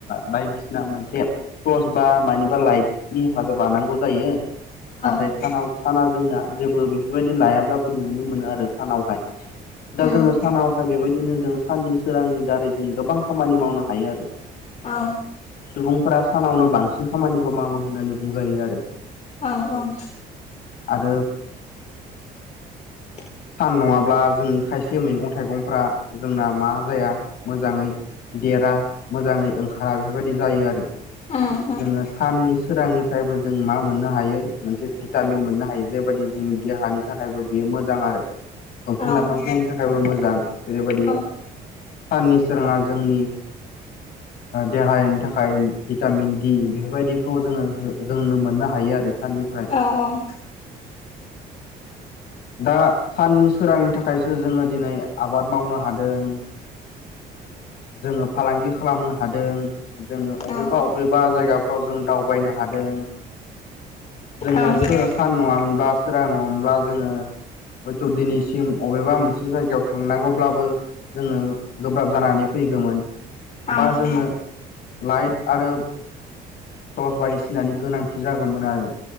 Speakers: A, on the left; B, on the left.
A: बायदिसिना मोनसे टर्च बा मानिबा लाइटनि हेफाजाब लानांगौ जायो नाथाय
B: औ
A: सानाव साना जोंना जेबो बेफोरबायदि लायाब्लाबो नुनो मोनो आरो सानावहाय दा
B: उम
A: जोङो सानावहााय बेबायदिनो जों साननि सोरांनि दारै जों गोबां खामानि मावनो हायो आरो
B: औ
A: सुबुंफोरा सानावनो बांसिन खामानिखौ मावो होननानै बुंजायो आरो
B: औ औ
A: आरो
B: <inaudible>
A: सान नङाब्ला जोंनि खायसे मैगं थाइगंफ्रा जोंना मा जाया मोजाङै देरा मोजाङै ओंखारा बेफोरबायदि जायो आरो
B: उम उम
A: जोङो साननि सोरांनिफ्रायबो जों मा मोननो हायो मोनसे भिटामिन मोननो हायो जेबाददि जोंनि देहानि थाखायबो बेयो मोजां आरो दंफां
B: औ
A: लाइफांफोरनि थाखायबो मोजां जेरैबायदि
B: औ
A: साननि सोराङा जोंनि देहानि थाखाय भिटामिन बेफोरबायदिखौ जोङो जोंनो मोननो हायो आरो साननिफ्राय
B: औ औ
A: दा साननि सोरांनि थाखायसो जोङो दिनै आबाद मावनो हादों जोङो फालांगि खालामनो हादों जोङो
B: औ
A: बबेबा बबेबा जायगाफ्राव जों दावबायनो हादों जोङो
B: औ
A: सोर सान नङामोनब्ला सोरा नङामोनब्ला जोङो हयथ' दिनैसिम अबेबा मोनसे जायगायाव थांनांगौब्लाबो जोङो गोब्राब जानानै फैगौमोन
B: औ
A: बा जोङो लाइट आरो टर्च बारदि सिनानि गोनांथि जागौमोन आरो